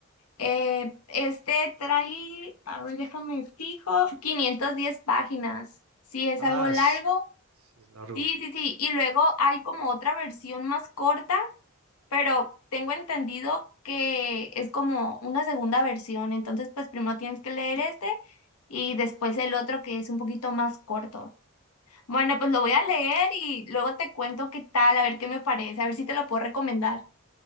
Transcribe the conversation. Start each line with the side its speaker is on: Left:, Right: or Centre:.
Left: eh, este trae, a ver, déjame fijo, 510 páginas, sí es
Right: Ah,
Left: algo largo
Right: es, sí, es largo.
Left: Sí, sí, sí. Y luego hay como otra versión más corta, pero tengo entendido que es como una segunda versión. Entonces, pues primero tienes que leer este y después el otro que es un poquito más corto. Bueno, pues lo voy a leer y luego te cuento qué tal, a ver qué me parece, a ver si te lo puedo recomendar.